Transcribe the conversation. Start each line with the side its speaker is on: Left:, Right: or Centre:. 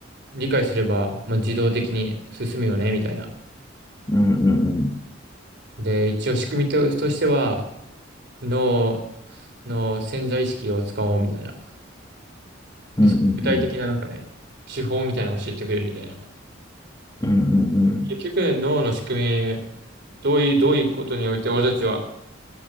Right: 理解すれば、まあ、自動的に進むよね、みたいな。
Left: うんうんうん、
Right: で、一応仕組みと、としては、脳の潜在意識を使おう、みたいな。で、
Left: うんうん
Right: その具体的ななんかね、手法みたいなのを教えてくれるみたいな。
Left: うん、うんうんうん、
Right: 結局、脳の仕組み、どういう、どういうことにおいて俺たちは